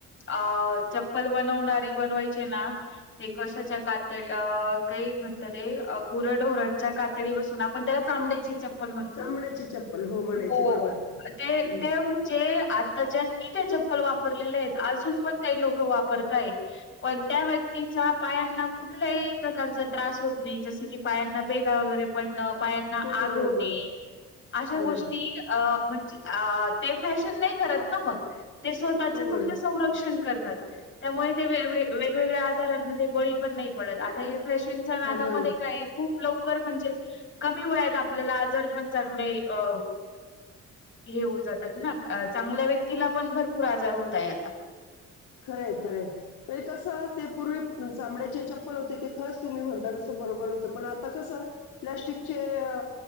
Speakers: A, on the left (about 40°); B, on the left (about 80°).
A: अ चप्पल बनवणारे बनवायचे ना ते कशाच्या कात काही म्हणतात ते गुराढोऱ्यांच्या कात तडी पासून आपण त्याला चांमड्याची चप् प्पल म्हणतो.
B: चांबड्याची चप्पल हो म्हणायची
A: हो
B: बरोबर
A: ते
B: हं.
A: जे आताच्या ते चपल वाप रलेले आहेत अजून पण काही लोक वा परताहेत. पण त्या व्यक्तींच्या पायांना कुठल्याही प्रकारचा त्रास होत नाही जस की पायांना भेगा वगैरे पण पायांना
B: हो बरोबर
A: आग होणे
B: बरोबर
A: अशा
B: बरोबर
A: गोष्टी अ म्हणजे अ ते फॅशन नाही करत ना मग. ते स्वतःच
B: हो बरोबर
A: फक्त संरक्षण करतात त्यामुळे. ते वेळ वे वेगवेगळ्या आजारांमध्ये बळी. पण नाही पडत आता हे फॅशनच्या नादामध्ये
B: हां बरोबर
A: काय खूप लवकर म्हणजे. कमी वयात आपल्याला आजार पण चांगले अ हे होऊन जातात ना चांगल्या व्यक्तीला पण भरपूर आजार होतय आता.
B: खरंय खरंय म्हणजे कस ते पूर्वी चांमड्याचे चप्पल होते ते खरंच तुम्ही म्हणताात असं बरोबर होतं पण आता कसं प्लस्टिकचे अ